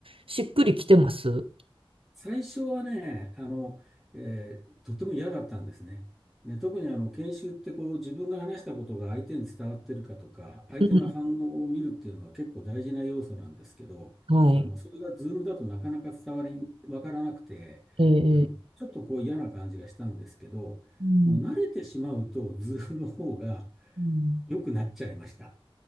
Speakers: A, on the right (about 70°); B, in the centre.
A: しっくりきてます
B: 最初はね、あの、えーとっても嫌だったんですね。ね、特にあの、研修ってこう、自分が話したことが相手に伝わってるかとか、相手の反応を見るっていうのは結構大事な要素なんですけど、
A: うんはい。
B: あの、それがズームだとなかなか伝わり、わからなくて、
A: ええ。
B: あの、ちょっとこう嫌な感じがしたんですけど、
A: うん。
B: もう慣れてしまうと、ズームの方が、
A: うん
B: 良くなっちゃいました。